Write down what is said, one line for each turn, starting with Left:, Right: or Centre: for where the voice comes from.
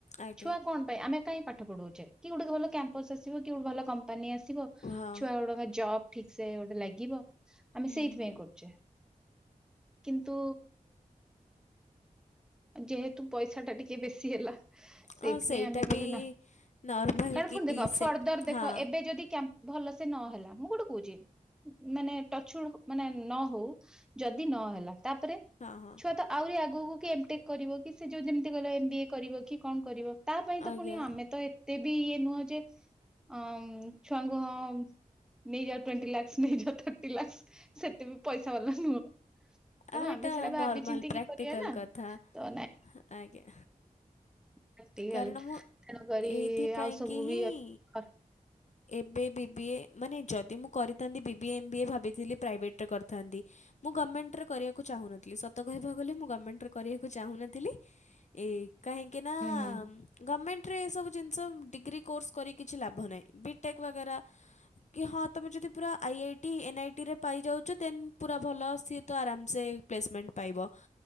Left: ଆଜ୍ଞା
Centre: ଛୁଆ କଣ ପାଇଁ ଆମେ କାହିଁ ପାଠ ପଢୁଛେ କି ଗୋଟେ ଭଲ କ୍ୟାମ୍ପସ ଆସିବ କି ଗୋଟେ ଭଲ କମ୍ପାନୀ ଆସିବ।
Left: ହଁ
Centre: ଛୁଆ ଗୁଡାଙ୍କ ଜବ ଠିକ ସେ ଗୋଟେ ଲାଗିବ ଆମେ
Left: ହୁଁ
Centre: ସେଇଥିପାଇଁ
Left: ହୁଁ
Centre: କରୁଛେ। କିନ୍ତୁ ଯେହେତୁ ପଇ ଛାଟା ଟିକେ ବେଶୀ ହେଲା। ସେଇଥିପାଇଁ
Left: ହଁ ସେଇଟା
Centre: ଆମେ କହିଲୁ
Left: ବି
Centre: ନା
Left: ନର୍ମାଲ
Centre: କାଣ
Left: କି
Centre: ପୁଣି ଦେଖ
Left: ସେ
Centre: ଫର୍ଦର ଦେଖ
Left: ହଁ
Centre: ଏବେ ଯଦି କ୍ୟମ୍ ଭଲ ସେ ନହେଲା ମୁଁ ଗୋଟେ କହୁଛି ମାନେ ଟଛୁଡ୍ ମାନେ ନ ହଉ ଯଦି ନହେଲା ତାପରେ
Left: ହଁ ହଁ
Centre: ଛୁଆ ତ ଆହୁରି ଆଗକୁ କି ଏମଟେକ୍ କରିବ କି ସେ ଯଉ ଯେମିତି ଗଲେ ଏମ ବି ଏ କରିବ କି କଣ କରିବ ତା ପାଇଁ ତ
Left: ଆଜ୍ଞା
Centre: ପୁଣି ଆମେ ତ ଏତେ ବି ଇଏ ନୁହଁ ଯେ ଅ ଛୁଆଙ୍କୁ ହଁ ନେଇଯା ଟ୍ବେଣ୍ଟିଲାକ୍ଷ ନେଇଯା ଥାଟି ଲାକ୍ସ ସେତେ ବି ପଇସା ବାଲା ନୁହଁ। ତେଣୁ
Left: ଆ ଏଇଟା
Centre: ଆମେ ସେଟା ଭାବି
Left: ନର୍ମାଲ
Centre: ଚିନ୍ତିକି
Left: ପ୍ରାକ୍ଟିକାଲ
Centre: କରିବା ନା
Left: କଥା
Centre: ତ ନାଇଁ
Left: ଆଜ୍ଞା।
Centre: ପ୍ରାକ୍ଟିକାଲ
Left: କାରଣ ମୁଁ
Centre: ତେଣୁକରି
Left: ଏଇଥିପାଇ
Centre: ଆଉ ସବୁ
Left: କି
Centre: ବି
Left: ହିଁ
Centre: ହୁଁ
Left: ଏବେ ବି ବିି ଏ ମାନେ ଯଦି ମୁଁ କରିଥାନ୍ତି B B A M BA ଭାବିଥିଲି ପ୍ରାଇଭେଟ୍ ରେ କରିଥାନ୍ତି। ମୁଁ ଗମେଣ୍ଟରେ କରିବାକୁ ଚାହୁଁ ନଥିଲି ସତ କହିବାକୁ ଗଲେ ମୁଁ ଗମେଣ୍ଟରେ କରିବାକୁ ଚାହୁଁନଥିଲି। ଏ କାହିଁକି ନା
Centre: ହୁଁ
Left: ଗମେଣ୍ଟରେ ଏସବୁ ଜିନିଷ ଡିଗ୍ରୀ କୋର୍ସ କରି କିଛି ଲାଭ ନାହିଁ ବିଟେକ୍ ବାଗେରା ହଁ ତମେ ଯଦି ପୁରା I I T, N I T ରେ ପାଇଯାଉଛ ଦେନ୍ ପୁରା ଭଲ ସିଏ ତ ଆରାମସେ। ପ୍ଲେସମେଣ୍ଟ ପାଇବ